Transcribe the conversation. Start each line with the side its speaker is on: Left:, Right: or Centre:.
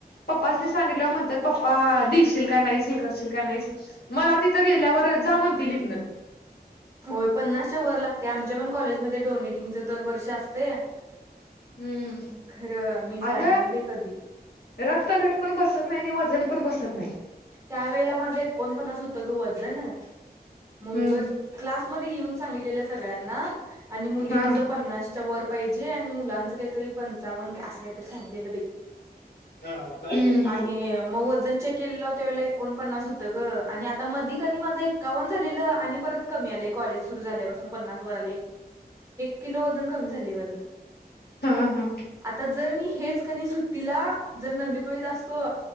Left: पप्पा सनी सांगित म्हणात पप्पा. हा दिसशील का नाहीस हे करशील का नाहीस मला तिथं गेल्यावर जा म्हणतील इथं ना.
Right: होय पन्नासच्या वर लागतेय आमच्या पण कॉलेजमध्ये डोनेटिंगच दरवर्ष असते.
Left: हम्म
Right: खरं मी जाय
Left: अग
Right: नाही बाई कधी
Left: रक्तगट पण बसत नाही आणि वजन. पण बसत नाही.
Right: त्या वेळेला माझं एकोणपस होत ग वजन मगच
Left: हम्म
Right: क्लासमध्ये येऊन सांगितलं. <unintelligible> सळना मुली
Left: हा
Right: प् वर पाहिजे आणि मुलांच कातरी पंवन्न काय तर सांगितलं बाई
Left: हम्म
Right: आणि मग वजन चेक. केलेलं त्या वळेला एकोणपन्नास होतं, ग आणि आता मधी कनी माझं एक्कावन्न झालेलं आणि परत कमी आले ग. कॉलेज सुरू झाल्याून पन्नास वर किलो वजन कमी झाली माझ.
Left: हा हा
Right: आता जर मी हेच कनी सुट्टीला. जर नंदीकुळीत असतो